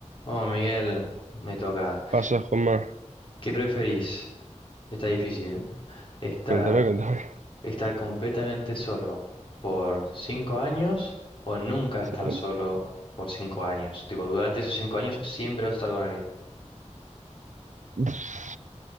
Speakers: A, on the left; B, on the right.
A: Oh, Miguel, me toca.
B: Pasa, Juanma.
A: ¿Qué preferís? Está difícil. ¿Estar,
B: Cuéntame, cuéntame.
A: estar completamente solo por cinco años o nunca estar
B: Sí.
A: solo por cinco años? Tipo, durante esos cinco años siempre vas a estar con alguien.
B: Uf,